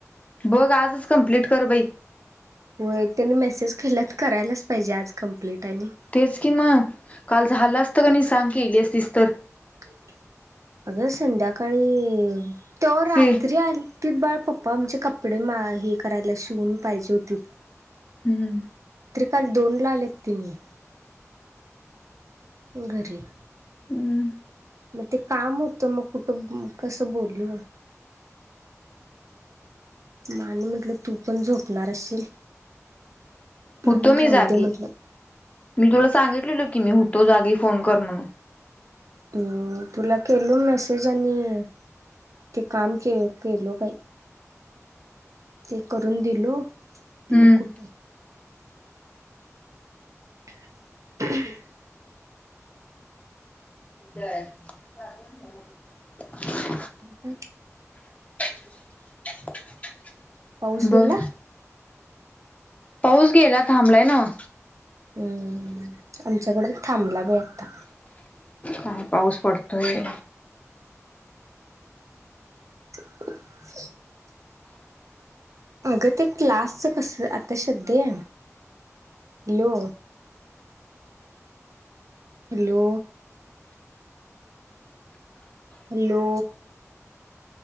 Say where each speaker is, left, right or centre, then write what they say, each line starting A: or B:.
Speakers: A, on the left (about 25°); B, on the right (about 75°).
A: बघ आजच कंप्लीट कर बाई.
B: हो त्यांनी मेसेज केला तर करायलाच पाहिजे आज कंप्लीट. आणि
A: तेच कि मग काल झालं असतं का नाही सांग की केली असतीस तर
B: टुकटुक. अगं संध्याकाळी तेव्हा रात्री
A: सी
B: आलतीत बाळ पप्पा आमचे कपडे माअ. करायला शिवून पाहिजे होती.
A: हम्म
B: काल दोनला आलेत त्यानी घरी.
A: हं!
B: मग ते काम होतं मग कुठं कसं बोलू. माने म्हटलं तू पण झोपणार असशील.
A: होतो
B: म्हणून
A: मी
B: राहू
A: जागी
B: दे म्हटलं
A: मी तुला सांगितलेलो की मी होत. तो जागी फोन कर म्हणून
B: हम् तुला केल मेसेज आणि ते काम के केलो बाई. ते करून दिलो
A: हम्म
B: मग कुठे? <unintelligible>
A: जयजून.
B: ह.
A: <inaudible>
B: पाऊस
A: ब
B: गेला.
A: पाऊस गेला थांबलाय नव्ह.
B: हम् आमच्याकडे बि थांबला बी आता
A: काय पाऊस पडतोय
B: <unintelligible> अगं ते क्लासच कस आता शध्या आहे हॅलो हॅलो हॅलो